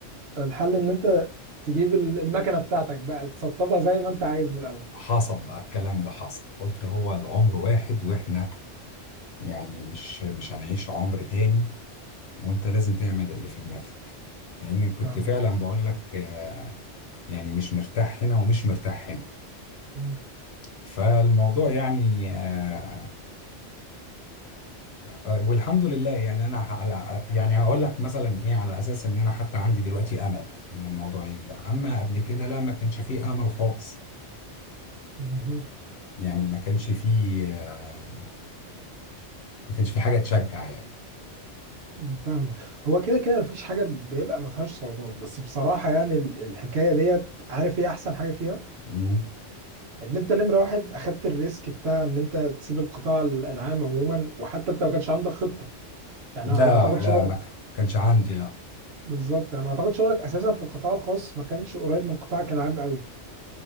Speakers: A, on the right (about 65°); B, on the left (about 65°).
A: الحل ان انت تجيب ال- المكنه بتاعتك بقى تسطبها زي ما انت عايز من الاول
B: حصل بقى الكلام ده حصل قلت هو العمر واحد واحنا يعني مش مش هنعيش عمر تاني وانت لازم تعمل اللي في دماغك لان كنت
A: فاهمه
B: فعلا بقول لك آه، يعني مش مرتاح هنا ومش مرتاح هنا
A: مم.
B: فالموضوع يعني آه، آه، والحمد لله يعني انا ه- على يعني هقول لك مثلا ايه على اساس ان انا حتى عندي دلوقتي امل ان الموضوع ينجح اما قبل
A: مهم.
B: كده لا ما كانش فيه امل خالص
A: مهم.
B: يعني ما كانش فيه آه، ما كانش فيه حاجه تشجع يعني
A: مم، فاهمك هو كده كده مفيش حاجة بيبقى ما فيهاش صعوبات بس بصراحة يعني ال- الحكاية ديت عارف ايه أحسن حاجة فيها؟
B: مم.
A: إن أنت نمرة واحد أخدت الريسك بتاع إن أنت تسيب القطاع ال- العام عموما وحتى أنت ما كانش عندك خطة يعني
B: لا
A: أنا أعتقد
B: لا
A: شغلك
B: ما كانش عندي لا
A: بالظبط يعني أعتقد شغلك أساسا في القطاع الخاص ما كانش قريب من قطاعك العام قوي